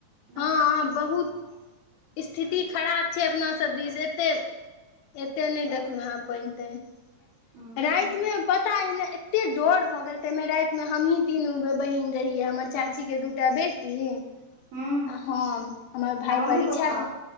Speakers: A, on the right; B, on the left.
A: ने
B: हँ बहुत स्थिति खराब छै अपना सब दिस एते एते नहि देखलहु हँं पानि तानि।
A: हूँ
B: राति मे पता हमरा एते डर भऽ गेल तेमे राति मे हमही तीनू बहिन रहियै हमर चाचि चाची के दूटा बेटी आ
A: हूँ
B: हम हमर भाय
A: आ मम्मी
B: परीक्षा
A: पप्पा
B: दे